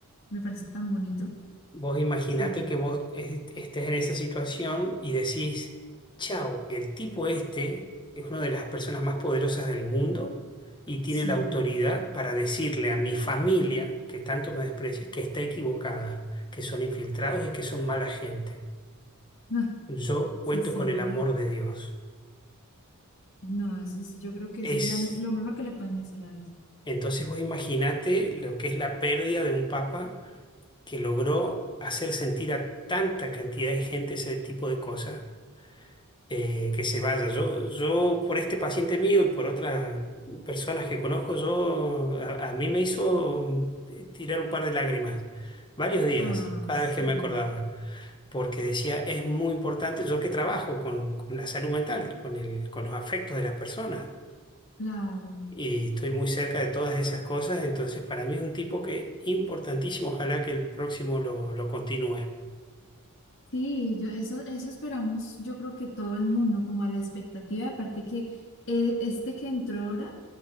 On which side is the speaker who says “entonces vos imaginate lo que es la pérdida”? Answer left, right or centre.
Left